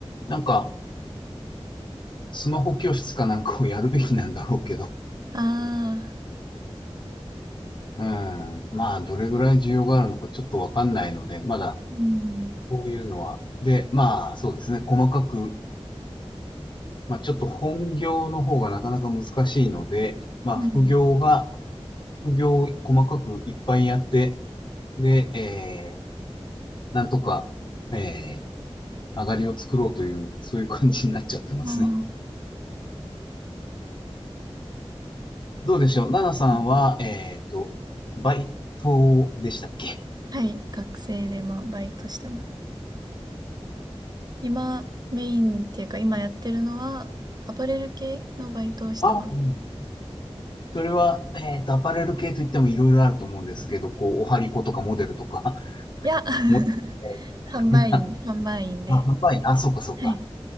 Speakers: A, on the left (about 45°); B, on the right (about 40°).
A: なんか、スマホ教室かなんかをやるべきなんだろうけど、
B: ああ、
A: うん、まあ、どれぐらい需要があるのかちょっとわかんないので、まだ、
B: うん、
A: こういうのは。で、まあ、そうですね。細かく、まあ、ちょっと本業の方がなかなか難しいので、まあ、
B: うん。
A: 副業が、副業を細かくいっぱいやって、で、えー、なんとか、えー、上がりを作ろうという、そういう感じになっちゃってますね。
B: ああ、
A: どうでしょうナナさんは、
B: うん
A: えっと、バイトでしたっけ
B: はい、学生でまあバイトしてます。今、メインっていうか、今やってるのは、アパレル系のバイトをしてます。
A: あ、うんそれは、えっと、アパレル系といってもいろいろあると思うんですけど、こう、おはりことかモデルとか、
B: いや、
A: <laughs>
B: <laughs>
A: モデ
B: 販売員、
A: ル
B: 販売員で。
A: あ、販売員、あ、そうかそうか。
B: はい。